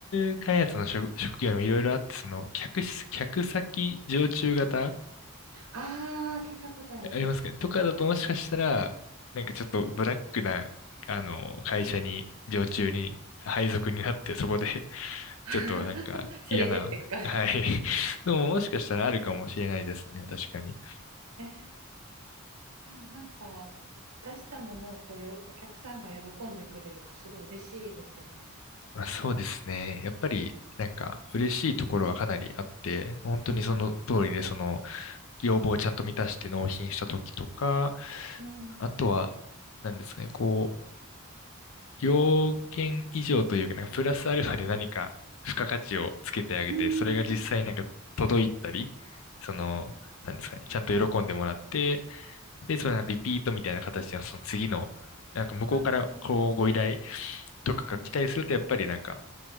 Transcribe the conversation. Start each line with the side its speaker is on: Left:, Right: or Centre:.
Left: ム開発の職、職業もいろいろあって、その、客室客先常駐型
Right: ああ聞いたことあります。
Left: えありますかねとかだともしかしたら、なんかちょっとブラックな、あの会社に、常駐に、配属になって、そこで <laughs>
Right: <laughs>
Left: ちょっとなんか嫌な、
Right: すれ減ってくか。
Left: はい。<laughs> でももしかしたらあるかもしれないですね。確かに。
Right: えーでもなんか出したものをこうよお客さんが喜んでくれるとすごい嬉しいですよね。
Left: まあ、そうですね。やっぱり、なんか、嬉しいところはかなりあって、本当にその通りで、
Right: うん。
Left: その、要望をちゃんと満たして納品した時とか、
Right: うん。
Left: あとは、何ですかね、こう、要件以上というか、なんか、プラスアルファで何か、付加価値をつけてあげて、
Right: うん。
Left: それが実際なんか、届いたり、その、
Right: うん
Left: なんですかね、ちゃんと喜んでもらって、で、そのリピートみたいな形で、その次の、なんか、向こうから、
Right: ああ、
Left: こう、ご依頼とかが来たりすると、
Right: うん。
Left: やっぱりなんか、